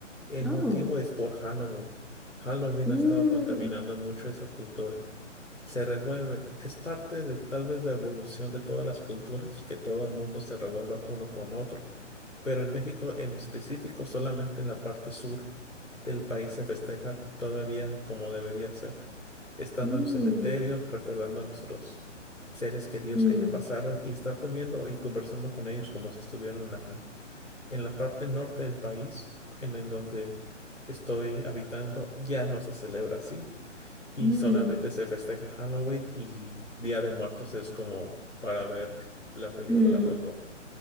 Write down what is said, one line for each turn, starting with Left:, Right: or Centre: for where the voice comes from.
Left: El
Centre: Oh.
Left: motivo es por Halloween. Halloween
Centre: Mm,
Left: ha estado contaminando mucho esa cultura. Se revuelve. Es parte de tal vez la evolución de todas las culturas, que todo el mundo se revuelva con uno con otro, pero en México en específico, solamente en la parte sur del país se festeja todavía como debería ser, estando
Centre: mm,
Left: en los cementerios, recordando a nuestros seres queridos
Centre: mm,
Left: que ya pasaron y estar comiendo y conversando con ellos como si estuvieran aquí. En la parte norte del país, en, en donde estoy habitando, ya no se celebra así y
Centre: mm,
Left: solamente se festeja Halloween y Día de Muertos es como para ver la película
Centre: mm.
Left: Coco.